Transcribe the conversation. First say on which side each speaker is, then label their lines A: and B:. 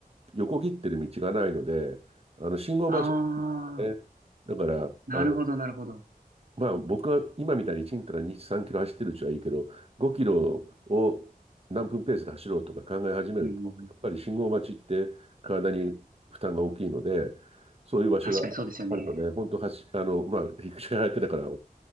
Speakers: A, on the right; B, on the right.
A: 横切ってる道がないので、あの信号待ち
B: ああ、
A: なんですね。だから、
B: なるほどなるほど。
A: あの、まあ僕が今みたいにちんたら2、3キロ走ってるうちはいいけど、5キロを何分ペースで走ろうとか考え始めると、
B: うんうんうん。
A: やっぱり信号待ちって体に負担が大きいので、そういう場所があるとね、
B: 確かにそうですよね。
A: 本当走、あの、まあ陸上やってたから